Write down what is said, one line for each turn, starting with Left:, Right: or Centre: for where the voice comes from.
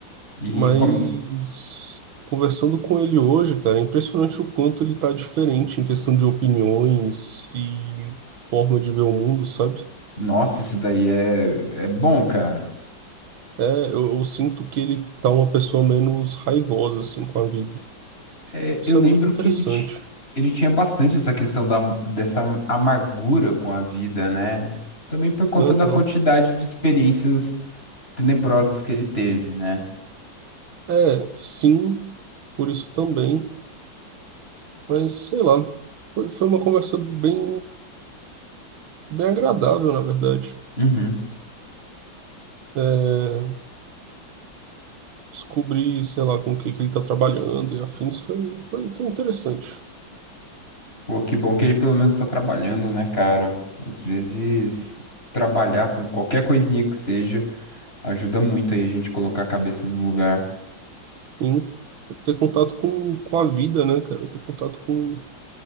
Left: E
Right: Mas
Left: como.
Right: conversando com ele hoje, cara, é impressionante o quanto ele tá diferente em questão de opiniões e forma de ver o mundo, sabe?
Left: Nossa, isso daí é, é bom, cara.
Right: É, eu, eu sinto que ele tá uma pessoa menos raivosa, assim, com a vida.
Left: É,
Right: Isso
Left: eu lembro
Right: é muito interessante.
Left: que ele, ti- ele tinha bastante essa questão da, dessa amargura com a vida, né? Também por conta
Right: Aham.
Left: da quantidade de experiências tenebrosas que ele teve, né?
Right: É, sim, por isso também, mas sei lá, foi, foi uma conversa bem, bem agradável, na verdade.
Left: Uhum.
Right: É, descobrir, sei lá, com o que que ele tá trabalhando e afins foi, foi, foi interessante.
Left: Pô, que bom que ele pelo menos tá trabalhando, né, cara? Às vezes, trabalhar com qualquer coisinha que seja ajuda muito aí a gente colocar a cabeça no lugar.
Right: Sim, ter contato com, com a vida, né, cara? Ter contato com,